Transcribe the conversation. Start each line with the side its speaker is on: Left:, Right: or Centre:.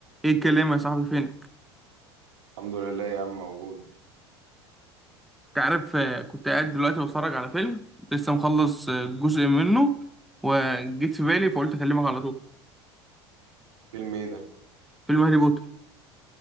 Centre: ايه الكلام يا صاحبي فينك
Right: الحمد لله يا عم موجود
Centre: انت عارف آه، كنت قاعد دلوقتي بتفرج على فيلم لسه مخلص آه، جزء منه وجيت في بالي فقلت اكلمك على طول
Right: فيلم ايه ده
Centre: فيلم هاري بوتر